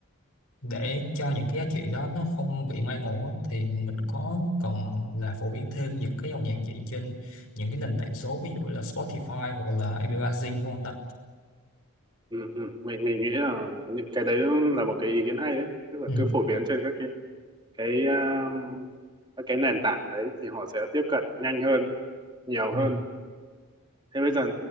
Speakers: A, on the left; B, on the right.
A: để cho những cái giá trị đó nó không bị mai một á, thì mình có cần là phổ biến thêm những cái dòng nhạc vậy trên những cái nền tảng số ví dụ là Spotify hoặc là MP3 Zing không ta?
B: ừ, ừ. mình mình nghĩ là những cái đấy là một cái ý kiến hay đấy tức là
A: Ừ.
B: cứ phổ biến trên các cái cái à, các cái nền tảng đấy thì họ sẽ tiếp cận nhanh hơn nhiều
A: ừ.
B: hơn thế bây giờ